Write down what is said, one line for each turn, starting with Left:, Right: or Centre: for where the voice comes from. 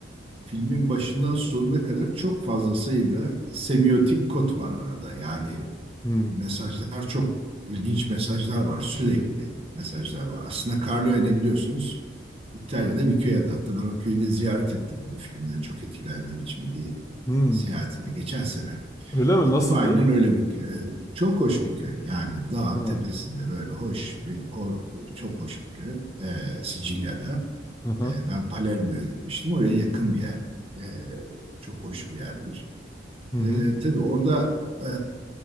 Right: filmin başından sonuna kadar çok fazla sayıda semiotik kod var arada. Yani
Left: Hmm,
Right: mesajlar çok ilginç mesajlar var. Sürekli mesajlar var. Aslında Carlo ne biliyorsunuz? İtalya'da bir köy adı. Hatta ben o köyü de ziyaret ettim bu filmden çok etkilendiğim için bir
Left: hmm.
Right: seyahatimde geçen sene.
Left: Öyle mi?
Right: Gittim
Left: Nasıldı?
Right: aynen öyle bir köy. Ee, Çok hoş bir köy. Yani dağın
Left: Ha,
Right: tepesinde böyle hoş bir hor, çok hoş bir köy. Ee, Sicilya'da.
Left: aha,
Right: Ee, ben Palermo'ya gitmiştim. Oraya yakın bir yer. Ee, çok hoş bir yerdir.
Left: hı hı.
Right: Ee, tabii orada e,